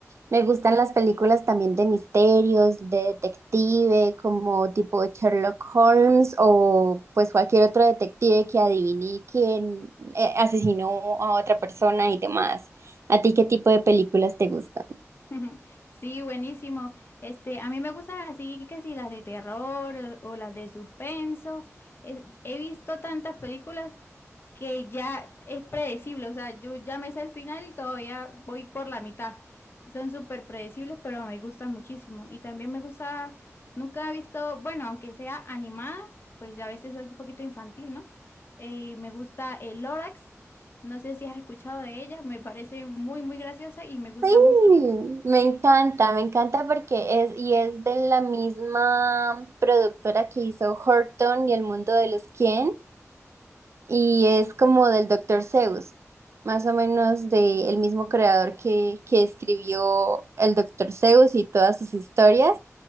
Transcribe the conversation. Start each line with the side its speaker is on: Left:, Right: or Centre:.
Right: me gustan las películas también de misterios, de detective, como tipo Sherlock Holmes o pues cualquier otro detective que adivine quién eh, asesinó a otra persona y demás. ¿A ti qué tipo de películas te gustan?
Left: <laughs> Sí, buenísimo. Este, a mí me gustan así que si las de terror el- o las de suspenso. Es- he visto tantas películas que ya es predecible, o sea, yo ya me sé el final y todavía voy por la mitad. Son súper predecibles, pero me gustan muchísimo. Y también me gusta, nunca he visto, bueno, aunque sea animada, pues ya a veces soy un poquito infantil, ¿no? Eh, me gusta el Lorax, no sé si has escuchado de ella, me parece muy, muy graciosa y me gusta
Right: Sí,
Left: mucho.
Right: me encanta, me encanta porque es y es de la misma productora que hizo Horton y El Mundo de los Quién y es como del Doctor Seuss, más o menos del mismo creador que, que escribió el Doctor Seuss y todas sus historias.